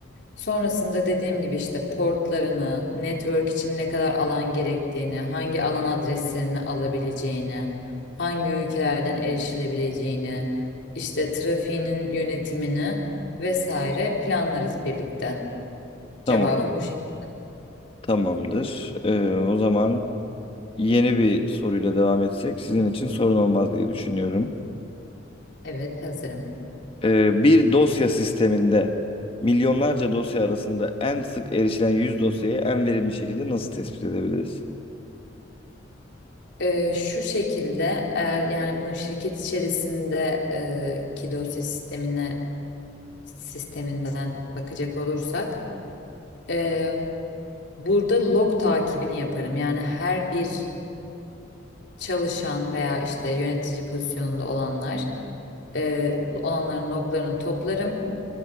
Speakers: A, on the left; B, on the left.
A: Sonrasında dediğim gibi işte portlarını, network için ne kadar alan gerektiğini, hangi alan adreslerini alabileceğini, hangi ülkelerden erişilebileceğini, işte trafiğinin yönetimini vesaire planlarız birlikte. Cevabım
B: Tamam.
A: bu şekilde.
B: Tamamdır. Ee, o zaman yeni bir soruyla devam etsek sizin için sorun olmaz diye düşünüyorum.
A: Evet, hazırım.
B: Ee, bir dosya sisteminde milyonlarca dosya arasında en sık erişilen 100 dosyayı en verimli şekilde nasıl tespit edebiliriz?
A: Ee, şu şekilde eğer yani bunu şirket içerisinde e, ki dosya sistemine sisteminden bakacak olursak e, Burada log takibini yaparım. Yani her bir çalışan veya işte yönetici pozisyonunda olanlar e, olanların loglarını toplarım.